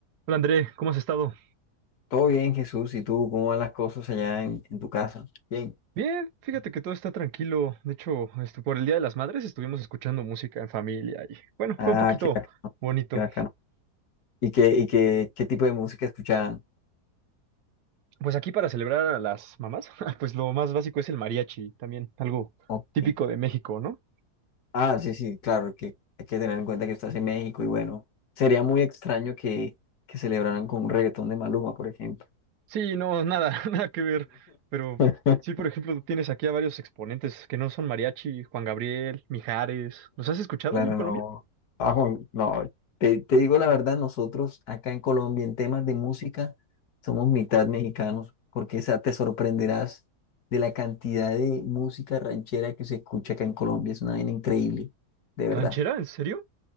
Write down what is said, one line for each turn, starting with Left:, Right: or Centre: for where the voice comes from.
Right: Hola André, ¿cómo has estado?
Left: Todo bien, Jesús. ¿Y tú cómo van las cosas allá en, en tu casa? Bien.
Right: Bien, fíjate que todo está tranquilo. De hecho, este, por el Día de las Madres estuvimos escuchando música en familia y bueno,
Left: Ah,
Right: fue un poquito
Left: qué bacano,
Right: bonito.
Left: qué bacano. ¿Y qué, y qué, qué tipo de música escuchaban?
Right: Pues aquí para celebrar a las mamás, <laughs> pues lo más básico es el mariachi, también algo
Left: Ok.
Right: típico de México, ¿no?
Left: Ah, sí, sí, claro, que hay que tener en cuenta que estás en México y bueno, sería muy extraño que, que celebraran con un reggaetón de Maluma, por ejemplo.
Right: Sí, no, nada, <laughs> nada que ver. Pero
Left: <laughs>
Right: sí, por ejemplo, tienes aquí a varios exponentes que no son mariachi, Juan Gabriel, Mijares. ¿Los has escuchado
Left: Claro,
Right: allá en Colombia?
Left: no. Ajo, no. Te, te digo la verdad, nosotros acá en Colombia en temas de música somos mitad mexicanos, porque esa te sorprenderás de la cantidad de música ranchera que se escucha acá en Colombia. Es una vaina increíble, de verdad.
Right: ¿Ranchera? ¿En serio?